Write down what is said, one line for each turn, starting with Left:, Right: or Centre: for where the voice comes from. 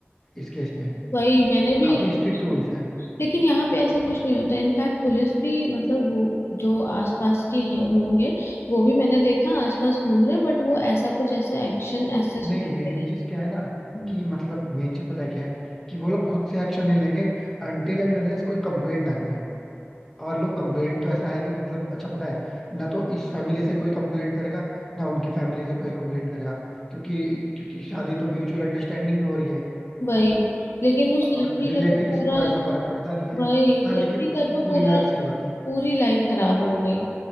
Centre: इस केस में
Left: वही मैंने भी
Centre: काफी
Left: ये चीज़
Centre: स्ट्रिक्ट
Left: सुनी।
Centre: रूल्स है
Left: लेकिन यहाँ पे ऐसा कुछ नहीं होता इनफैक्ट पुलिस भी मतलब वो जो आसपास के हैं- होंगे वो भी मैंने देखा आसपास घूम रहे बट वो ऐसा कुछ ऐसा एक्शन ऐसा नहीं
Centre: नहीं मेन
Left: ले रहे
Centre: चीज क्या है ना
Left: हम्म,
Centre: कि मतलब मेन चीज पता है क्या है कि वो लोग खुद से एक्शन नहीं लेंगे अनटिल एंड अनलेस कोई कंप्लेंट ना करे और लोग कंप्लेंट तो ऐसा है नहीं कि मतलब अच्छा पता है ना तो इस फैमिली से कोई कंप्लेंट करेगा ना उनकी फैमिली से कोई कंप्लेंट करेगा क्योंकि क्योंकि शादी तो म्यूचुअल अंडरस्टैंडिंग पे हो रही है
Left: वही लेकिन उस लड़की
Centre: और रिलेटिव्स
Left: का तो पूरा
Centre: को ऐसा फर्क पड़ता नहीं
Left: वही
Centre: है
Left: इस
Centre: हाँ
Left: लड़की
Centre: लेकिन उसकी
Left: का तो
Centre: पूरी
Left: पूरा
Centre: लाइफ सही बात है
Left: पूरी लाइफ खराब हो गई